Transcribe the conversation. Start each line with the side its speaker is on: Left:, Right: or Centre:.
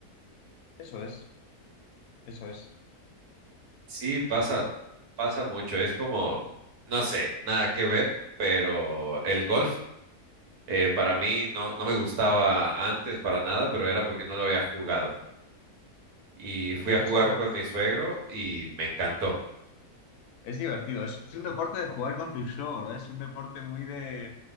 Left: Eso es, eso es,
Right: Sí, pasa,
Left: sí.
Right: pasa mucho. Es como, no sé, nada que ver, pero el golf eh, para mí no, no me gustaba antes para nada, pero era porque no lo había jugado. Y fui
Left: ¿Te
Right: a
Left: gusta
Right: jugar
Left: el golf?
Right: con mi suegro y me encantó.
Left: Es divertido, es, es un deporte de jugar con tu show, ¿no? Es un deporte muy de...